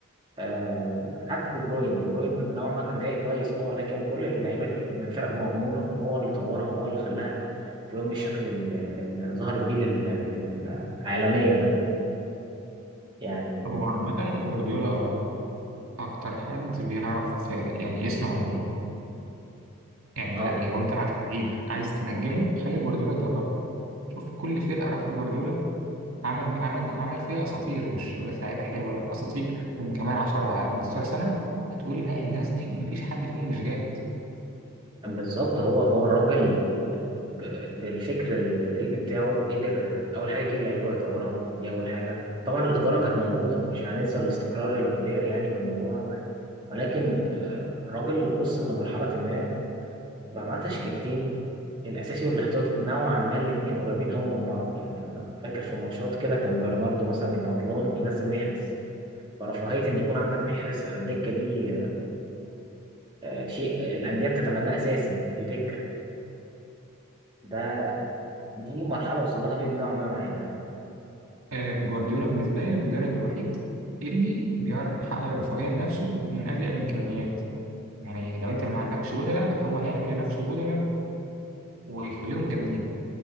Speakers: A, on the right; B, on the right.
A: آه حتى دي بروين دي بروين نوعا ما كان جاي كويس اه لكن كل اللعيبه دي من فرق مغموره هو اللي طورها هو اللي خلاها تبان بالشكل ال- اللي ظهرت بيه لل- للعالميه ده يعني
B: هو عامة جوارديولا أكتر حد بيعرف آه، يعني يصنع نجوم يعني
A: اه
B: لو أنت معاك لعيب عايز تنجمه خلي جوارديولا يدربه شوف كل فرقة راح جوارديولا عمل عمل عمل فيها أساطير مش أقول لك لعيبة حلوة لا أساطير لهم كمان 10 15 سنة هتقول لا الناس دي مفيش حد فيهم مش جامد
A: بالظبط هو هو الراجل ب- بالفكر التدريبي بتاعه قدر اول حاجه يجيب لعيبه ويطورها دي اول حاجه طبعا الاداره كانت موجوده مش هننسى الاستقرار الاداري يعني في الموضوع ولكن آه، الراجل وصل لمرحله ما بقى معاه تشكيلتين الاساسي والاحتياطي نوعا ما الاثنين قريبين قوي من بعض يعني انا فاكر في ماتشات كده كان برناردو مثلا يبقى عطلان ينزل محرز فرفاهية ان يكون عندك محرز على الدكة دي آه، شيء الاندية بتتمناه اساسي مش دكة ده دي مرحلة وصل لها بيب نوعا ما معانا
B: آه، جوارديولا بالنسبة لي المدرب الوحيد اللي بيعرف يحقق الرفاهية لنفسه من أجل الإمكانيات يعني لو أنت ما عندكش بدلة هو هيعمل لنفسه بدلة ويخليهم جامدين